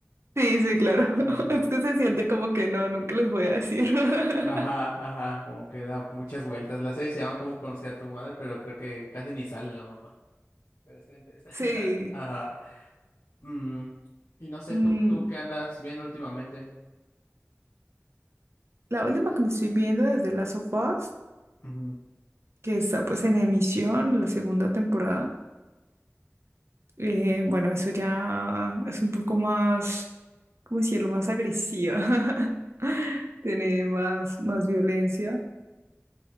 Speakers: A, on the right; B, on the left.
A: Sí, sí, claro. <laughs>
B: Ujú.
A: Es que se siente como que no, nunca les voy a decir. <laughs>
B: Ajá, ajá, como que da muchas vueltas. La serie se llama Cómo conocí a tu madre, pero creo que casi ni sale la mamá. Pero está interesante.
A: Sí.
B: <laughs> Ajá. Mm, Y no sé,
A: Mm,
B: ¿tú, tú qué andas viendo últimamente?
A: la última que me estoy viendo es de Last of Us,
B: Ujú.
A: que está pues en emisión, la segunda temporada. Eh, bueno, eso ya es un poco más, ¿cómo decirlo? Más agresiva. <laughs> Tiene más, más violencia.